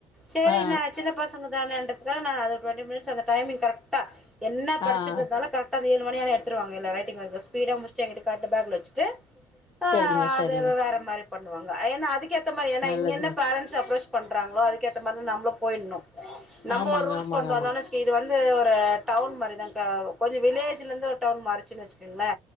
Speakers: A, in the centre; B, on the left.
A: சேரி
B: ஆ
A: என்ன சின்ன பச ங்கதான இன்றதுக்காக நா அது டுவென்டி மினிட்ஸ் அந்த டைமிங் கரக்டா என்ன படிச்சிட்டு
B: ஆ
A: இருந்தாலு கரெக்ட் உக்காந்து ஏழு மணியான எடுத்துவாங்க எல்லா ரைட்டிங் ஒர்க்கும் ஸ்பீடா முடிச்சு எங்கிட்ட காட்டு பேக்ல வச்சிட்டு ஆ
B: சேரிங்க
A: அத
B: சரிங்க
A: வேற மாரி பண்ணுவாங்க ஏன்னா அதுக்கேத்த மாரி ஏன்னா
B: நல்லதுங்க
A: இங்க என்ன பேரன்ட்ஸ் அப்ரோச் பண்றாங்களோ அதுக்கேத்த மாரி நம்பளு போயிட்ணு நம்ம
B: ஆமாங்க
A: ஒரு ரூல்ஸ்
B: ஆமாங்க
A: கொண்டு
B: ஆமாங்க
A: வந்தோனு வச்சி இது வந்து ஒரு டவுன் மாரிதாங்கா கொஞ்சோ வில்லேஜ்லேந்து ஒரு டவுன் மாறிச்சின்னு வச்சுக்கங்களே